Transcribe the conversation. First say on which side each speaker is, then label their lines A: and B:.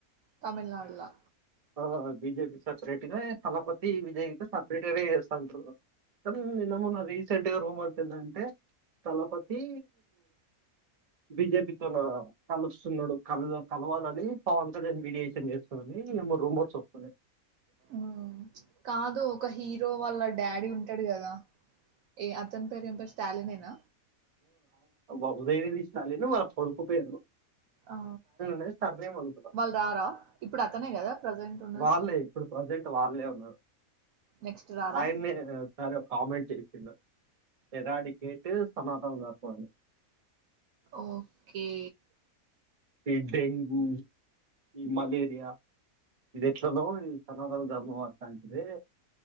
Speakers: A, on the right; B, on the right.
A: తమిళనాడులా
B: ఆ బిజేపి సపరేట్గా తలపతి విజయ్తో సపరేట్గానే చేస్తాంటారు కానీ నిన్న మొన్న రీసెంట్గా రూమర్స్ ఏంటంటే తలపతి బిజెపితోోన కలుస్తున్నాడు కల కలవాలని పవన్ కళ్యాణ్ వడియేషన్ చేసుకొని మేమో రూబోట్స్ వస్తున్నా
A: ఉ కాదు ఒక హీరో వాళ్ళ డాడీ ఉంటాడు కదా ఏ అతం పేరు ఇ స్టాలినేనా
B: ఒకదయది ఇస్తాలే వాళ్ళ కొడుకుపోేరు
A: ఆ
B: నే సర్నే అలుతు
A: వాళ్ళు రారా ఇప్పుడు అతనే కదా ప్రజెంట్ ఉన్నది
B: వాళ్ళే ఇప్పుడు ప్రజెంట్ వాళ్ళే ఉన్నారు
A: నెక్స్ట్ రారా
B: ఆయన్న ఒకసారి ఒక కామెంట్ చేసి ఎదడి కేటు ట వర్పోాలదు
A: ఓకే
B: ఈ డెంగూ ఈ మలేరియా ఇది ఎట్లానో సనాతన ధర్మం మాట్లాంటే